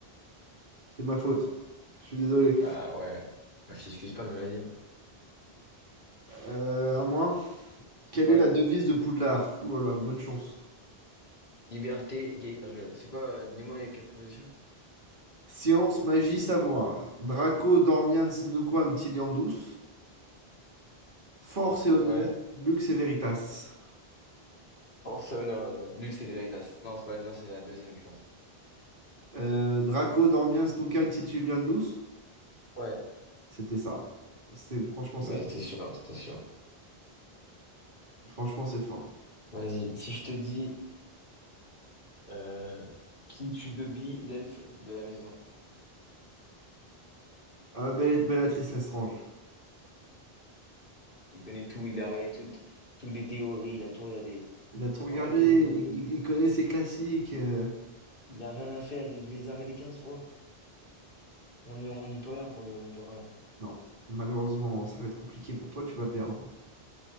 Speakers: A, on the right; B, on the left.
A: C'est ma faute. Je suis désolé.
B: Bah ouais. Bah, je t'excuse pas, mais vas-y.
A: Euh, à moi. Quelle
B: Ouais.
A: est la devise de Poudlard? Ouh là là, bonne chance.
B: Liberté, égalité, injeu- C'est quoi? euh, dis-moi les quatre propositions.
A: Science, magie, savoir. Draco dormiens nuquam tiliandus. Force et honneur,
B: Ouais.
A: luxe et veritas.
B: Force et honneur, euh, luxe et véritas. Non, c'est pas... non, c'est la deuxième, je pense.
A: Euh, Draco dormiens nuquam tituliandus.
B: Ouais.
A: C'était ça. C'est, franchement,
B: Ouais,
A: c'est
B: c'était
A: fort.
B: sûr, c'était sûr.
A: Franchement, c'est fort.
B: Vas-y. Si je te dis... Euh, qui tue Bubby, l'elfe de la maison?
A: Ah, Bell- Bellatrix Lestrange.
B: Il connaît tout, il a regardé toutes, toutes les théories, il a tout regardé.
A: Il a tout regardé,
B: Normal qu'il sait tout.
A: mais il, il connaît ses classiques. euh.
B: Il a rien à faire, il les a regardés 15 fois. On n'y on n'y peut rien pour lui, on n'y peut rien.
A: Non, malheureusement, ça va être compliqué pour toi, tu vas perdre.